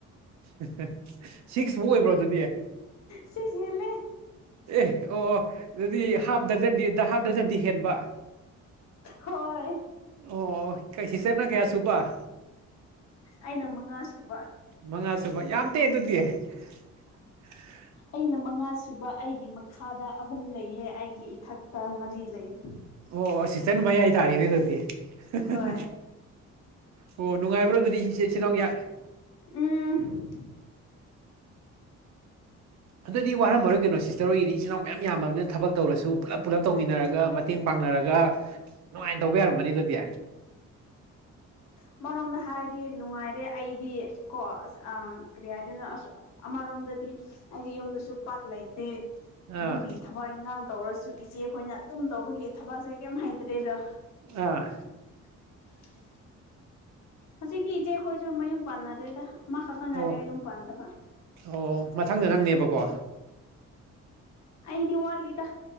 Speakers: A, on the right (about 65°); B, on the left (about 60°).
A: ꯑꯍ ꯍ ꯁꯤꯛꯁ ꯃꯨꯛ ꯑꯣꯏꯕ꯭ꯔꯣ ꯑꯗꯨꯗꯤ
B: ꯁꯤꯛꯁ ꯍꯦꯜꯂꯦ
A: ꯑꯦ ꯑꯣ ꯑꯣ ꯑꯗꯨꯗꯤ ꯍꯥꯞ ꯗꯔꯖꯟꯗꯤ ꯗ ꯍꯥꯞ ꯗꯔꯖꯟꯗꯤ ꯍꯦꯟꯕ
B: ꯍꯣꯏ
A: ꯑꯣ ꯀꯩ ꯁꯤꯁꯇꯔꯅ ꯀꯌꯥ ꯁꯨꯕ
B: ꯑꯩꯅ ꯃꯉꯥ ꯁꯨꯕ
A: ꯃꯉꯥꯁꯨꯨꯕ ꯌꯥꯝ ꯇꯦ ꯑꯗꯨꯗꯤ <inaudible>
B: ꯑꯩꯅ ꯃꯉꯥꯁꯨꯨꯕ ꯑꯩꯒꯤ ꯃꯈꯥꯗ ꯑꯍꯨꯝ ꯂꯩꯑꯦ ꯑꯩꯒꯤ ꯏꯊꯛꯇ ꯃꯔꯤ ꯂꯩꯌꯦ
A: ꯑꯣ ꯁꯤꯁꯇꯔꯅ ꯃꯌꯥꯏ ꯇꯥꯔꯦꯅꯦ ꯑꯗꯨꯗꯤ ꯍ ꯍ
B: ꯍꯣꯏ
A: ꯍ ꯑꯣ ꯅꯨꯡꯉꯥꯏꯕ꯭ꯔꯣ ꯑꯗꯨꯗꯤ ꯏꯆꯦ ꯏꯆꯤꯟ ꯏꯅꯥꯎ ꯌꯥꯝ
B: ꯎꯝ
A: ꯑꯗꯨꯗꯤ ꯋꯥꯔꯝꯃꯔꯣꯏ ꯀꯩꯅꯣ ꯁꯤꯁꯇꯔ ꯍꯣꯏꯒꯤꯗꯤ ꯏꯆꯤꯟ ꯏꯅꯥꯎ ꯃꯌꯥꯝ ꯌꯥꯝꯃꯕꯅꯤꯅ ꯊꯕꯛ ꯇꯧꯔꯁꯨ ꯄꯨꯂꯞ ꯄꯨꯂꯞ ꯇꯧꯃꯤꯟꯅꯔꯒ ꯃꯠ ꯇꯦꯡ ꯄꯥꯡꯅꯔꯒ ꯅꯨꯡꯉꯥꯏꯅ ꯇꯧꯕ ꯌꯥꯔꯝꯃꯅꯤ ꯑꯗꯨꯗꯤ
B: ꯑꯃꯔꯣꯝꯗ ꯍꯥꯏꯔꯗꯤ ꯅꯨꯡꯉꯥꯏꯔꯦ ꯑꯩꯗꯤ ꯀꯣ ꯑꯁ ꯑꯥ ꯀꯔꯤ ꯍꯥꯏꯗꯣꯏꯅꯣ ꯑꯁ ꯑꯃꯔꯣꯝꯗꯗꯤ ꯑꯩꯗꯤ ꯌꯨꯝꯗꯁꯨ ꯄꯥꯛ ꯂꯩꯇꯦ
A: ꯑꯥ
B: ꯑꯗꯨꯒꯤ ꯊ ꯊꯕꯛ ꯏꯟꯈꯥꯡ ꯇꯧꯔꯁꯨ ꯏꯆꯦ ꯈꯣꯏꯅ ꯑꯗꯨꯝ ꯇꯧꯕꯒꯤ ꯊꯕꯛꯁꯦ ꯀꯩꯝ ꯍꯩꯇ꯭ꯔꯦꯗ
A: ꯑꯥ
B: <inaudible> ꯍꯧꯖꯤꯛꯇꯤ ꯏꯆꯦ ꯈꯣꯏꯁꯨ ꯃꯌꯨꯝ ꯄꯥꯟꯅꯔꯦꯗ ꯑꯃ ꯈꯛꯇ ꯉꯥꯏꯔꯦ
A: ꯑꯣ
B: ꯃꯌꯨꯝ ꯄꯥꯟꯗꯕ
A: ꯑꯣ ꯃꯊꯪꯗ ꯅꯪꯅꯦꯕꯀꯣ
B: ꯑꯩꯗꯤ ꯋꯥꯠꯂꯤꯗ